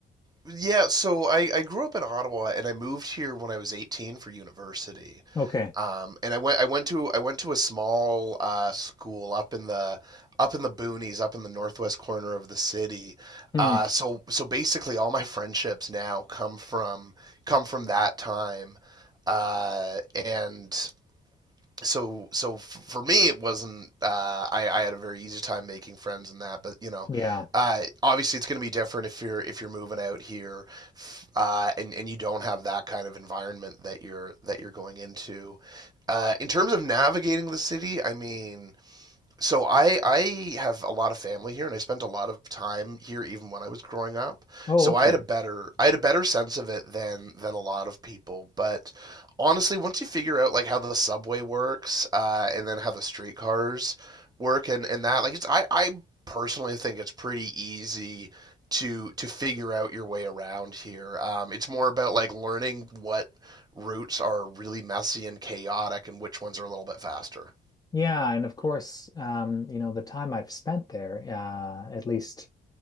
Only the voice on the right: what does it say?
yeah, so I, I grew up in Ottawa and I moved here when I was 18 for university.
Um, and I went I went to I went to a small uh, school up in the up in the boonies, up in the northwest corner of the city.
Uh, so so basically all my friendships now come from come from that time. Uh, and so so for me it wasn't uh, I, I had a very easy time making friends in that but you know
uh, obviously it's going to be different if you're if you're moving out here uh, and and you don't have that kind of environment that you're that you're going into uh, in terms of navigating the city I mean so I I have a lot of family here and I spent a lot of time here even when I was growing up.
So
I had a better I had a better sense of it than than a lot of people. But honestly, once you figure out like how the subway works, uh, and then how the streetcars work and, and that, like it's I, I personally think it's pretty easy to to figure out your way around here. Um, it's more about like learning what routes are really messy and chaotic and which ones are a little bit faster.